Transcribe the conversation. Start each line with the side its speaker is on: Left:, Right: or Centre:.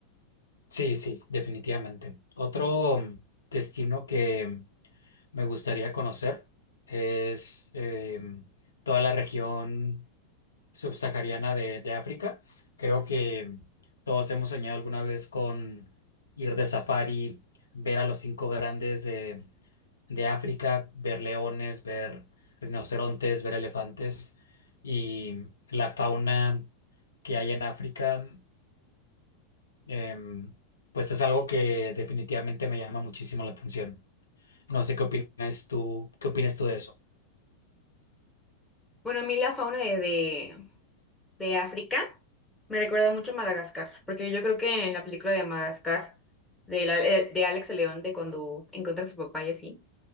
Left: Sí, sí, definitivamente. Otro mm, destino que me gustaría conocer es em, toda la región subsahariana de, de África. Creo que todos hemos soñado alguna vez con ir de safari, ver a los cinco grandes de, de África, ver leones, ver rinocerontes, ver elefantes y la fauna que hay en África. Em, pues es algo que definitivamente me llama muchísimo la atención. No sé qué opinas tú, qué opinas tú de eso.
Centre: Bueno, a mí la fauna de, de, de África me recuerda mucho a Madagascar, porque yo creo que en la película de Madagascar, de, la- eh, de Alex el León, de cuando encuentra a su papá y así,